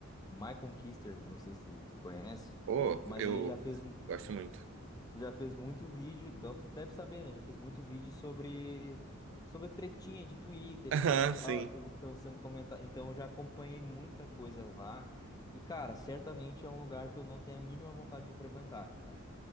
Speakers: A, on the left (about 20°); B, on the right (about 65°).
A: Michael Kister, que eu não sei se tu, tu conhece,
B: Pô,
A: mas
B: eu
A: ele já fez,
B: gosto muito. <laughs>
A: já fez muito vídeo, então tu deve saber, né? Já fez muito vídeo sobre, sobre tretinha de Twitter
B: Aham,
A: e coisa e tal,
B: sim.
A: coisa que estão sendo comentada. Então eu já acompanhei muita coisa lá. E, cara, certamente é um lugar que eu não tenho a mínima vontade de frequentar, sabe?